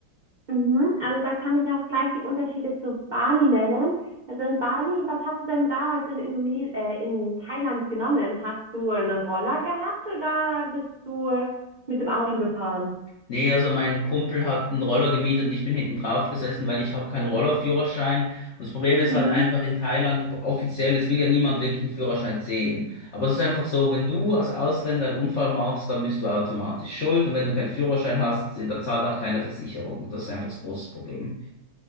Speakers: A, on the right (about 80°); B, on the left (about 75°).
A: Mhm. Also da kann ich auch gleich die Unterschiede zu Bali nennen. Also in Bali, was hast du denn damals in Indone äh, in Thailand genommen? Hast du einen Roller gehabt oder bist du mit dem Auto gefahren?
B: Nee, also mein Kumpel hat einen Roller gemietet und ich bin hinten drauf gesessen, weil ich habe keinen Rollerführerschein. Und das Problem ist
A: Mhm.
B: halt einfach in Thailand, offiziell, es will ja niemand wirklich einen Führerschein sehen. Aber es ist einfach so, wenn du als Ausländer einen Unfall machst, dann bist du automatisch schuld. Und wenn du keinen Führerschein hast, dann zahlt auch keine Versicherung. Und das ist einfach das große Problem.